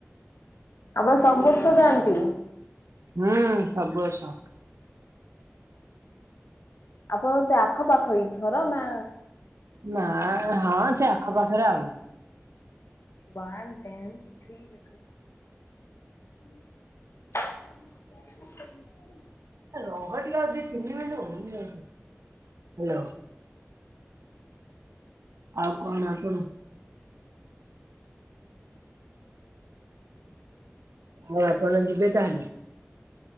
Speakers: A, on the left; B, on the right.
A: ଆପଣ ସବୁ ବର୍ଷ ଯାଆନ୍ତି।
B: ହୁଁ ସବୁ ବର୍ଷ।
A: ଆପଣଙ୍କ ସେ ଆଖପାଖରେ କି ଘର ନା?
B: ନା ହଁ ସେ ଆଖପାଖରେ ଆଉ।
A: ୱାନ ଡ୍ୟାନ୍ସ ଥ୍ରି <inaudible> <inaudible>
B: ଆ ରହ ଟିକେ ଆଉ ଦି, ତିନି ମିନିଟ୍ ହଉନି ଆକୁ ହାଲୋ। ଆଉ କଣ ଆପଣ? ଆଉ ଆପଣ ଯିବେ ତାହେଲେ?